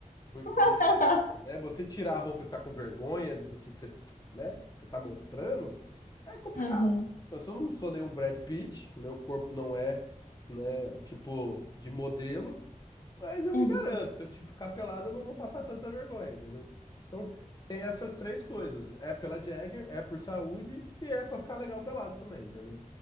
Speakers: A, on the left (about 30°); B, on the left (about 85°).
A: Porque,
B: <laughs>
A: né, você tirar a roupa e ficar com vergonha do que você, né, que você tá mostrando, é complicado.
B: uhum,
A: Então, se eu não sou nenhum Brad Pitt, meu corpo não é, né, tipo, de modelo, mas eu
B: uhum.
A: me garanto, se eu te ficar pelado, eu não vou passar tanta vergonha, entendeu? Então, tem essas três coisas. É pela Jagger, é por saúde e é pra ficar legal pelado também, entendeu?